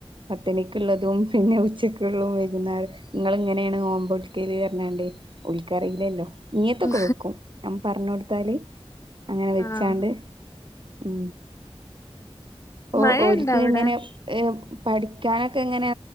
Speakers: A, on the right; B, on the left.
A: പത്തനിക്കുള്ളതും പിന്നെ ഉച്ചക്കുള്ളതും വൈകുന്നേ നിങ്ങൾ ഇങ്ങനെയാണ് ഓമ്പോൾക്കൽ എണാണ്ടേ ഉളിക്കറിയില്ലല്ലോ നീയത്തൊക്കെ
B: ഉം
A: വെക്കും ഞൻ പറഞ്ഞ കൊടുത്താല് അങ്ങനെ വെച്ചാണ്ട്
B: ആഹ്
A: ഉ ഓ
B: മഴയുണ്ടോ
A: ഓലക്ക്
B: അവിടെ
A: എങ്ങനെ ഏ പഠിക്കാനൊക്കെ എങ്ങനെ